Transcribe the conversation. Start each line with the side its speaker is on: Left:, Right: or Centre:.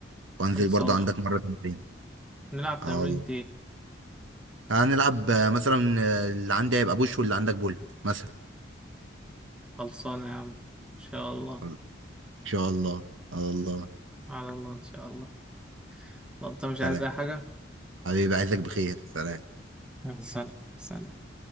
Right: وانزل
Centre: خلصانة
Right: برضو عندك مره تمرين
Centre: نلعب تمرين
Right: اه والله
Centre: ايه
Right: هنلعب آه، مثلا آه، اللي عندي هيبقى بوش واللي عندك بول مثلا
Centre: خلصانة يا عم ان شاء الله
Right: ان شاء الله الله
Centre: على الله ان شاء الله طب انت مش عايز
Right: سلام
Centre: اي حاجة
Right: حبيبي عايزك بخير سلام
Centre: يلا سلام سلام